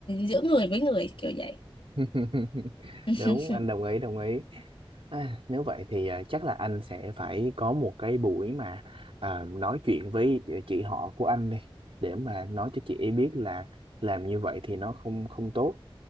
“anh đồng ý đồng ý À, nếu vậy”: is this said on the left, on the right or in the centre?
Right